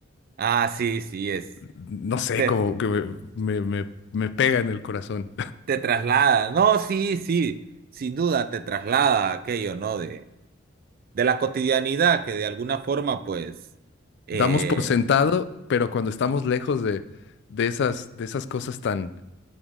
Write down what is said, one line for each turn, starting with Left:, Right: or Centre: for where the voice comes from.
Right: Ah, sí, sí, es.
Left: No sé,
Right: Te,
Left: como que me, me- me- me pega en el corazón.
Right: te traslada. No, sí, sí, sin duda te traslada a aquello, ¿no? De, de la cotidianidad que de alguna forma, pues,
Left: <laughs>
Right: eh,
Left: Damos por sentado, pero cuando estamos lejos de, de esas, de esas cosas tan,